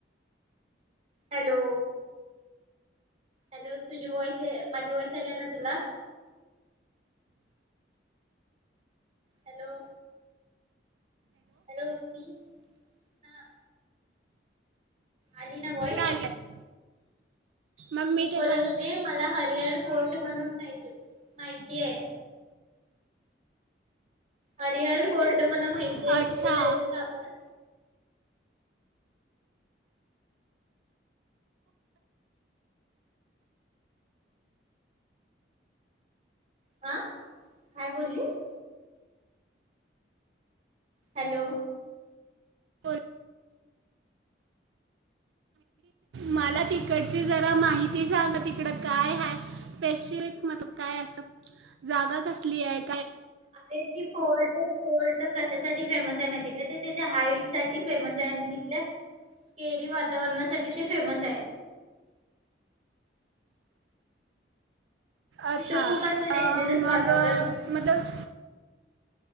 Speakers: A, on the right; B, on the right.
A: हॅलो हॅलो तुझी वॉइस माझी वॉइस आलय ना तुला हॅलो हॅलो भक्ती हा आली ना व्हॉईस
B: चालेल मग
A: मी बोलत
B: ते सांग
A: होते मला हरिहर फोर्ट म्हणून माहिती आहे हर हर फोर्ट तर मला माहिती
B: अच्छा
A: आहे तिकड जायचं का आपण हा काय बोललीस हॅलो
B: बोल. मला तिकडची जरा माहिती सांगा तिकडं काय ह स्पेसिफिक मतलब काय असं जागा कसली आहेत
A: अरे ती फोर्टक फोर्टक कशासाठी फेमस आहे माहितीय का ते त्याच्या हाईट साठी फेमस आहे आणि तिथल्या स्केरी वातावरणासाठी ते फेमस आहे
B: अच्छा
A: तिथं खूप असं डेंजरस
B: मग
A: वातावरण असतं
B: मतलब